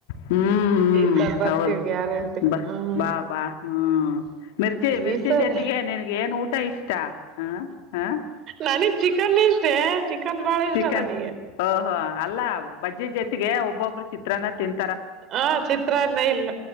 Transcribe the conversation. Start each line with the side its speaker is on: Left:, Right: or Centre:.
Left: ಹ್ಮ್ ಹ್ಮ್
Right: ಈ ಸಲ ಬರ್ತೀವಿ
Left: ಹೌದು
Right: ಗ್ಯಾರಂಟಿ
Left: ಬ
Right: ಹ್ಮ್
Left: ಬಾ ಬಾ ಹ್ಮ ಮಿರ್ಚಿ ಮಿರ್ಚಿ
Right: ಈ ಸರಿ
Left: ಜೊತಿಗೆ ನನ್ಗೆ ಏನ್ ಊಟ ಇಷ್ಟ ಹ ಹ
Right: ನನಗ್ ಚಿಕನ್ ಇಷ್ಟೇ ಚಿಕನ್ ಬಾಳ ಇಷ್ಟ
Left: ಚಿಕನ್
Right: ನನಗೆ
Left: ಹಓಹ ಅಲ್ಲ ಬಜ್ಜಿ ಜೊತೆಗೆ ಒಬ್ಬೊಬ್ರು ಚಿತ್ರಾನ ತಿನ್
Right: ಆ ಚಿತ್ರನ್ನ ಇಲ್ಲ